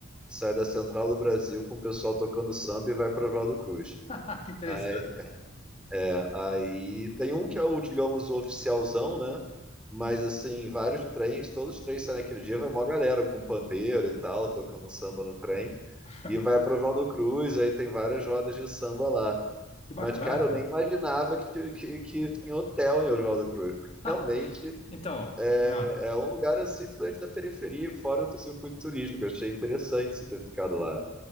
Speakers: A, in the centre; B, on the left.
A: sai da Central do Brasil com o pessoal tocando samba e vai para Oswaldo Cruz.
B: <laughs> Que interessante.
A: Aí, é, aí tem um que é o, digamos, o oficialzão, né? Mas assim, vários trens, todos os trens saem naquele dia, vai mó galera com pandeiro e tal, tocando um samba no trem,
B: <laughs>
A: e vai para Oswaldo Cruz, aí tem várias rodas de samba lá.
B: Que bacana,
A: Mas, cara, eu
B: cara.
A: nem imaginava que, ti- que, que tinha hotel em Oswaldo Cruz.
B: <laughs>
A: Realmente
B: Então, Renato,
A: é é um lugar assim, totalmente da periferia, fora do circuito turístico. Eu achei interessante você ter ficado lá.